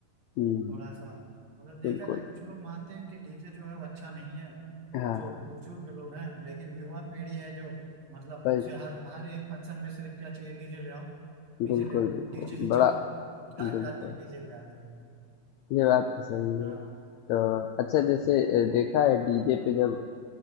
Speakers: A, on the left; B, on the right.
A: हम्म,
B: थोड़ा सा मतलब देखा
A: बिल्कुल
B: जाए कुछ लोग मानते हैं कि डीजे जो है वो अच्छा नहीं है
A: हाँ
B: जो बुजुर्ग लोग हैं लेकिन युवा पीढ़ी है जो मतलब
A: सही
B: उसे हर हर एक फंक्शन में सिर्फ क्या चाहिए डीजे ले आओ डीजे
A: बिल्कुल,
B: ले आओ
A: बिल्कुल।
B: डीजे ही चाहिए
A: बड़ा
B: भाग
A: बिल्कुल,
B: जाती है डीजे ले आती है
A: ये बात तो सही है।
B: हाँ
A: तो अच्छा
B: हम्म,
A: जैसे अ, देखा है डीजे पे जब